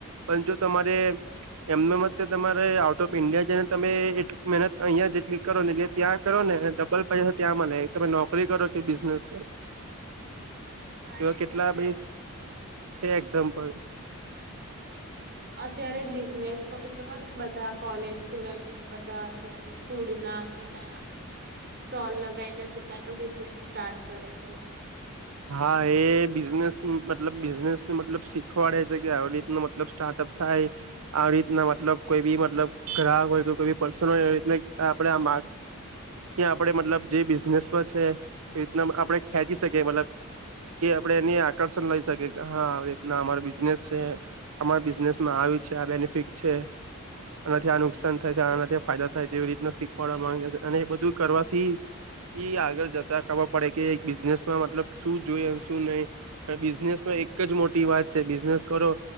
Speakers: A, on the right; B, on the right.
A: પણ જો તમારે. એમના મત તમારે આઉટ ઓફ ઈન્ડિયા જને તમે એટલી મહેનત અહિયાં જેટલી કરો ને એ ત્યાં કરો ને. લ પૈસા ત્યાં મને તમે નોકરી કરો કે બિઝનેસ.
B: હા
A: એવા
B: એ
A: કેટલા
B: તો છે.
A: બે છે એક્ઝામ્પલ.
B: અત્યારે બિઝનેસ પણ જોઓ ને બધા કોલેજ સ્ટુડન્ટની બધા અત્યારે ફૂડ ના અને એના સ્ટોલ લગાવીને પોતાનો બિઝનેસ સ્ટાર્ટ કરે છે.
A: હા એ બિઝનેસ મતલબ બિઝનેસ ને મતલબ શીખવાડે છે કે આવી રીતનો મતલબ સ્ટાર્ટઅપ થાય. આવી રીતના મતલબ કોઈ બી મતલબ ગ્રાહક હોય કે કોઈ બી પર્સન હોય રીત આપણે આમ ત્યાં આપડે મતલબ જે બિઝનેસમાં છે એ રીતના આપડે ખેંચી શકીએ મતલબ કે આપડે એને આકર્ષણ લઈ શકીએ હા રીતના અમારી બિઝનેસ છે. અમારા બિઝનેસ માં આવી છે આ બેનિફિટ છે. આનાથી આ નુકસાન થાય છે આનાથી ફાયદા થાય તેવી રીતના શીખવાડવા માંગે અને એ બધું કરવાથી ઈ આગળ જતા ખબર પડે કે એક બિઝનેસ માં મતલબ શું જોઈએ શું નહી બિઝનેસમાં એક જ મોટી વાત છે બિઝનેસ કરો